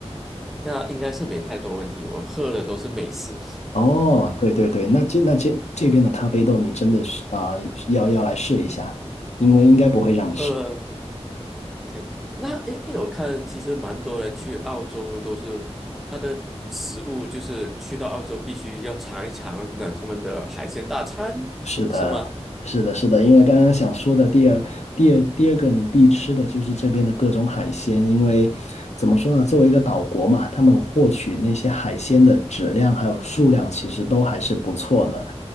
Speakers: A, in the centre; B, on the left.
A: 那应该是没太多问题。我喝的都是美式。
B: 哦，对对对，那这那这这边的咖啡豆，你真的是啊、要要来试一下，因为应该不会让你失
A: 呃，对，那诶诶，因为我看其实蛮多人去澳洲都是他的食物就是去到澳洲必须要尝一尝那他们的海鲜大餐，
B: 是的，
A: 是吗？
B: 是的，是的，因为刚刚想说的第二、第二、第二个你必吃的就是这边的各种海鲜，因为怎么说呢，作为一个岛国嘛，他们获取那些海鲜的质量还有数量其实都还是不错的。